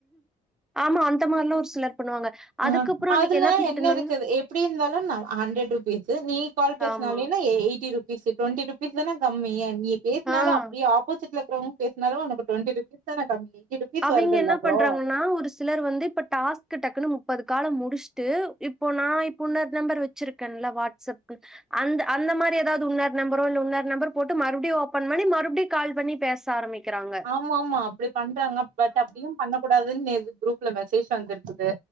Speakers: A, in the centre; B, on the right.
A: ஆமா அந்த மார்லாம் ஒரு சிலர் பண்ணுவாங்க அதுக்கப்புறம்
B: ஆ ப்புடி
A: அன்னைக்கு என்ன பண்ணிட்டு இருந்தாங்க?
B: இருந்தாலு நா ஹண்ட்ரட் ருபீஸு நீ கால் பேசினாலேனு
A: ஆமா.
B: எயிட்டி பீஸு டுவெண்டி ருபீஸ்தான கம்மி நீ பேசுனால
A: ஆ.
B: அப்டியே ஆப்போசிட்ல இருக்கிறவுங் பேசினாலு உனக்கு டுவெண்டி ருபீஸ் தான கம்மி எயிட்டி ருபீஸ்
A: அவிங்க
B: வருதுல்ல
A: என்ன
B: ப்ரோ
A: பண்றாங்கன்னா ஒரு ஸ் சிலர் வந்து இப்ப டாஸ்க்கு டக்குன்னு முப்பது காலும் முடிச்ட்டு இப்போ நா இப்ப இன்னொரு நம்பர் வச்சிருக்கேன்ல வாட் சப் கு அந்த அந்த மாரி எதாவ்து உன்னோரு நம்பரோ இல்ல உன்னோரு நம்பர் போட்டு மறுபடியும் ஓபன் பண்ண மறுபடி கால் பண்ணி பேச ச ஆரமிக்கிறாங்க
B: ஆமா ஆமா அப்டி பண்றாங்க பட் அப்டியும் பண்ணக்க கூடாதுன்னு நேத்து குரூப்ல மெசேஜ் வந்திருக்குது